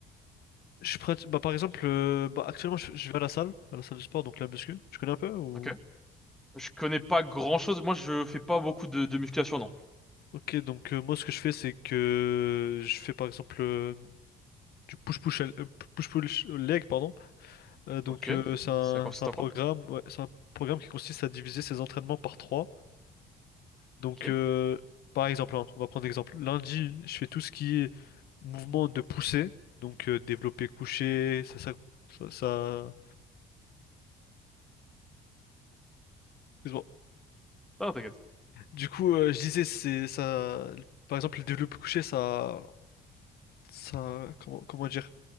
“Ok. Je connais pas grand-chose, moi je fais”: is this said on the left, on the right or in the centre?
Centre